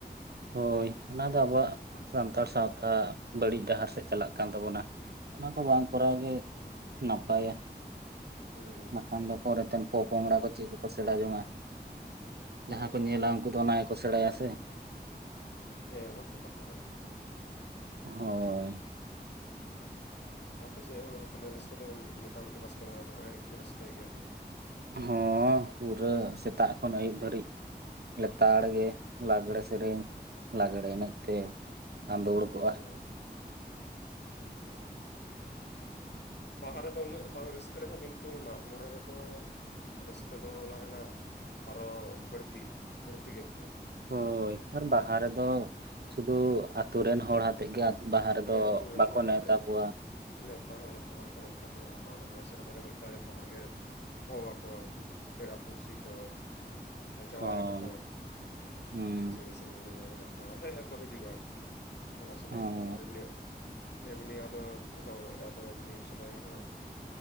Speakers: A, on the right; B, on the left.
A: ᱦᱳᱭ, ᱚᱱᱟ ᱫᱚ ᱟᱵᱚᱣᱟᱜ ᱥᱟᱱᱛᱟᱲ ᱥᱟᱶᱛᱟ ᱵᱟᱹᱲᱤᱡ ᱰᱟᱦᱟᱨ ᱥᱮᱫ ᱪᱟᱞᱟᱜ ᱠᱟᱱ ᱛᱟᱵᱚᱱᱟ᱾ ᱚᱱᱟ ᱠᱚ ᱵᱟᱝ ᱠᱚᱨᱟᱣ ᱜᱮ ᱱᱟᱯᱟᱭᱟ᱾
B: ᱦᱩᱸ
A: ᱵᱟᱠᱷᱟᱱ ᱫᱚ ᱯᱚᱨᱮᱛᱮᱱ ᱯᱚᱼᱯᱳᱝᱲᱟ ᱠᱚ ᱪᱮᱫ ᱠᱚᱠᱚ ᱥᱮᱬᱟ ᱡᱚᱝᱟ?
B: ᱦᱳᱭ
A: ᱡᱟᱦᱟᱸ ᱠᱚ
B: ᱚᱱᱟ
A: ᱧᱮᱞᱟ,
B: ᱦᱩᱭᱩᱜ
A: ᱩᱱᱠᱩ
B: ᱠᱟᱱᱟ
A: ᱫᱚ
B: ᱜᱚᱞᱯᱷᱚ
A: ᱚᱱᱟ ᱜᱮ ᱠᱚ ᱥᱮᱬᱟᱭᱟ ᱥᱮ᱾
B: ᱦᱮᱸ ᱚᱱᱟ ᱦᱚᱛᱚ ᱠᱟᱛᱷᱟ ᱠᱟᱱ ᱜᱮᱭᱟ᱾
A: ᱦᱳᱭ᱾
B: ᱟᱯᱮ ᱥᱮᱫ ᱦᱚᱸ ᱛᱟᱞᱦᱮ ᱨᱟᱹᱥᱠᱟᱹ ᱫᱚ ᱢᱚᱴᱟᱢᱩᱴᱤ ᱵᱟᱥᱠᱮ ᱢᱟᱦᱟᱸ ᱨᱮ ᱫᱚ ᱵᱷᱟᱜᱮ ᱜᱮ ᱨᱟᱹᱥᱠᱟᱹᱭ ᱜᱮᱭᱟ ᱛᱟᱞᱦᱮ?
A: ᱦᱚᱸᱻ ᱯᱩᱨᱟᱹ ᱥᱮᱛᱟᱜ ᱠᱷᱚᱱ ᱟᱹᱭᱩᱵ ᱫᱷᱟᱹᱨᱤᱡ᱾ ᱞᱮᱛᱟᱲ ᱜᱮ ᱞᱟᱜᱽᱲᱮ ᱥᱮᱨᱮᱧ, ᱞᱟᱜᱽᱲᱮ ᱮᱱᱮᱡ ᱛᱮ
B: ᱵᱟᱦ
A: ᱟᱸᱫᱳᱲ ᱠᱚᱜᱼᱟ
B: ᱟᱹᱰᱤ ᱢᱚᱡᱽ, ᱦᱩᱸ ᱾ ᱵᱟᱦᱟ ᱨᱮᱫᱚ ᱩᱱᱟᱹᱜ ᱵᱟᱝ ᱨᱟᱹᱥᱠᱟᱹ ᱨᱮᱦᱚᱸ ᱠᱤᱱᱛᱩ ᱢᱟᱜ ᱢᱚᱬᱮ ᱨᱮᱫᱚ ᱨᱟᱹᱥᱠᱟᱹ ᱫᱚ ᱚᱱᱟ ᱨᱮᱱᱟᱜ ᱟᱨᱚ ᱵᱟᱹᱲᱛᱤᱜᱼᱟ, ᱵᱟᱹᱲᱛᱤ ᱜᱮ ᱵᱩᱡᱷᱟᱹᱜᱼᱟ᱾
A: ᱦᱳᱭ ᱟᱨ ᱵᱟᱦᱟ ᱨᱮᱫᱚ ᱥᱩᱫᱩ ᱟᱹᱛᱳ ᱨᱮᱱ ᱦᱚᱲ ᱟᱛᱮᱫ ᱜᱮ ᱵᱟᱦᱟ ᱨᱮᱫᱚ
B: ᱦᱮᱸ ᱟᱹᱛᱩ ᱨᱮᱱ
A: ᱵᱟᱠᱚ
B: ᱦᱚᱲ
A: ᱱᱮᱶᱛᱟ
B: ᱟᱛᱮᱜ ᱜᱮ
A: ᱠᱚᱣᱟ᱾
B: ᱱᱮᱶᱛᱟ ᱦᱚᱸ ᱱᱤᱛᱚᱜ ᱵᱟᱝ ᱠᱚ ᱱᱮᱶᱛᱟ ᱠᱚᱣᱟ ᱟᱨ ᱱᱚᱣᱟ ᱫᱚ ᱢᱚᱸᱬᱮ ᱥᱮᱨᱢᱟ ᱨᱮ ᱢᱤᱫ ᱫᱷᱟᱣ ᱡᱚᱛᱚ ᱦᱚᱲ ᱜᱮ ᱦᱚᱦᱚ ᱟᱠᱚᱣᱟ, ᱯᱮᱲᱟ ᱯᱩᱲᱥᱤ ᱠᱚ᱾ ᱡᱟᱶᱟᱭ
A: ᱦᱚᱸ
B: ᱛᱟᱠᱚ
A: ᱦᱩᱸ
B: ᱥᱮ ᱥᱟᱸᱜᱤᱧ ᱨᱮ ᱡᱟᱸᱦᱟᱭ ᱢᱮᱱᱟᱜ ᱠᱚᱣᱟ, <unintelligible> ᱠᱚ ᱦᱤᱡᱩᱜᱼᱟ ᱚᱱᱟ ᱥᱚᱢᱚᱭ
A: ᱦᱚᱸ
B: ᱫᱚ ᱟᱨ ᱮᱢᱱᱤ ᱛᱮᱢᱱᱤ ᱟᱫᱚ ᱦᱚ ᱟᱫᱚ ᱮᱢᱱᱤ ᱥᱚᱢᱚᱭ ᱦᱚᱸ